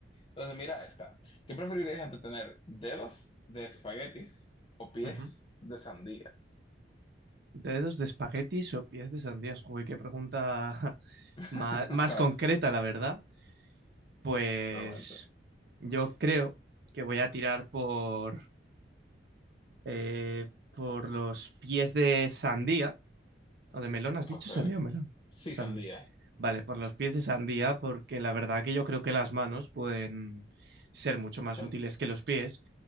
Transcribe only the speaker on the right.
ujú.
¿Dedos de espaguetis o pies de sandías? Joder, qué pregunta <laughs>
más, más
concreta, la verdad. Pues
yo creo que voy a tirar por, eh, por los pies de sandía. ¿O de melón has
dicho? ¿Sandía o melón?
Sandy.
Vale, por los pies de sandía, porque la verdad que yo creo que las manos pueden ser mucho más
útiles que los pies.